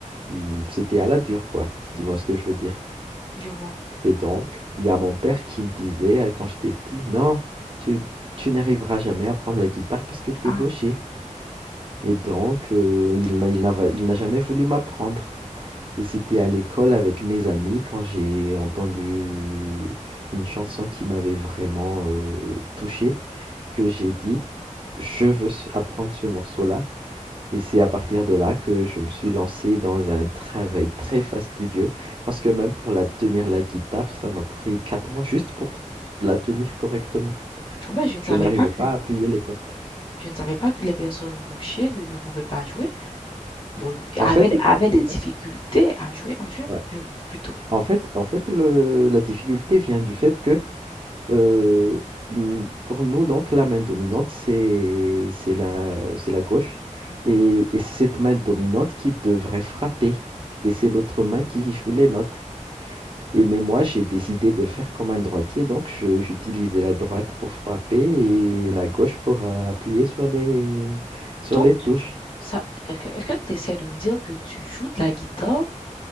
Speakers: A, on the right; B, on the left.
A: Hmm, C'était à la dure, quoi, si
B: mhm,
A: tu vois ce que je veux dire.
B: je vois.
A: Et donc, il y a mon père qui me disait, euh, quand j'étais petit, non, tu, tu n'arriveras jamais à prendre la guitare parce que tu
B: Ah,
A: es gaucher. Et donc, euh, il n'a il n'a- il n'a jamais voulu m'apprendre. Et c'était à l'école avec mes amis quand j'ai entendu une chanson qui m'avait vraiment euh, touché, que j'ai dit, je veux apprendre ce morceau-là. Et c'est à partir de là que je me suis lancé dans un travail très fastidieux, parce que même pour la tenir la guitare, ça m'a pris 4 mois juste pour la tenir correctement.
B: Ah ben, je ne
A: Je
B: savais
A: n'arrivais
B: pas que
A: pas à appuyer les cordes.
B: je ne savais pas que les personnes gauchères ne, ne pouvaient pas jouer. Bon, avaient,
A: En fait, tu
B: avaient des difficultés
A: vois?
B: à jouer, à jouer
A: Ouais.
B: euh, plutôt.
A: En fait, en fait le- la difficulté vient du fait que Euh, n- pour nous, donc, la main dominante, c'est c'est la, c'est la gauche.
B: Mhm.
A: Et, et c'est cette main dominante qui devrait frapper. Et c'est l'autre main qui joue les notes. Et mais moi, j'ai décidé de faire comme un droitier, donc je- j'utilisais la droite pour frapper et la gauche pour euh, appuyer sur les, sur
B: Donc,
A: les touches.
B: tu- ça, est-ce que, est-ce que tu essaies de me dire que tu joues de la guitare